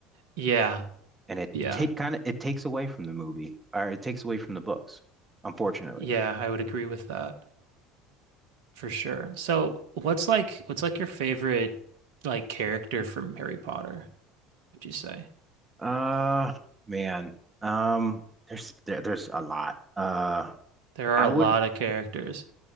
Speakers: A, on the right; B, on the right.
A: Yeah.
B: and it
A: Yeah.
B: take kind of it takes away from the movie or it takes away from the books, unfortunately.
A: Yeah, I would agree with that for sure. So what's like what's like your favorite like character from Harry Potter, would you say?
B: Uh, man, um, there's there, there's a lot. Uh,
A: There are
B: I
A: a
B: would
A: lot of characters.